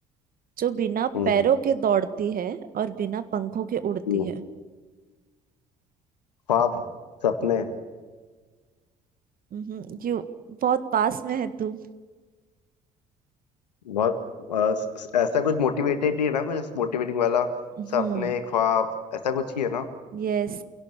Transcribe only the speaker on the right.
जो बिना
पैरों के दौड़ती है और बिना पंखों के उड़ती
है
हम्म यू बहुत पास में है तू
हम्म
यस